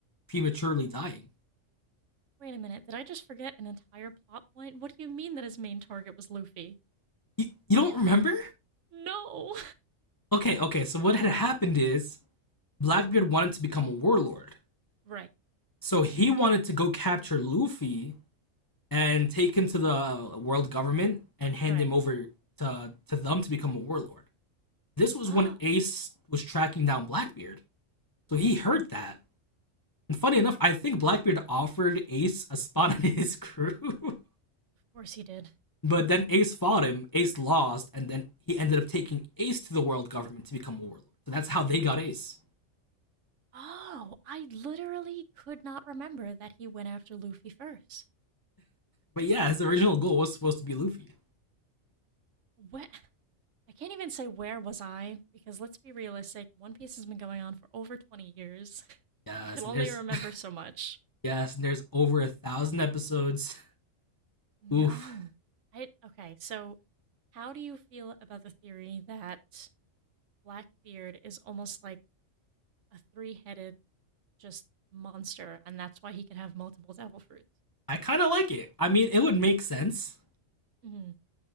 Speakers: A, on the left (about 30°); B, on the right (about 70°).
A: prematurely dying.
B: wait a minute. Did I just forget an entire plot point? What do you mean that his main target was Luffy?
A: You, you don't remember?
B: No.
A: Okay, okay. So, what had happened is Blackbeard wanted to become a warlord.
B: <laughs> right,
A: So, he wanted to go capture Luffy and take him to the world government and hand
B: right.
A: him over to, to them to become a warlord. This was
B: Oh,
A: when Ace was tracking down Blackbeard. So he heard that. And funny enough, I think Blackbeard offered Ace a spot <laughs> on his crew. <laughs>
B: of course he did.
A: but then Ace fought him, Ace lost, and then he ended up taking Ace to the world government to become a warlord. So that's how they got Ace.
B: Oh, I literally could not remember that he went after Luffy first.
A: But yeah, his original goal was supposed to be Luffy.
B: What? I can't even say where was I because let's be realistic, One Piece has been going on for over 20 years. <laughs>
A: Yes,
B: I can only
A: and there's
B: remember so much.
A: <laughs> yes, and there's over a thousand episodes.
B: No.
A: Oof.
B: I okay, so how do you feel about the theory that Blackbeard is almost like a three-headed just monster and that's why he can have multiple devil fruits?
A: I kinda like it. I mean it would make sense.
B: hmm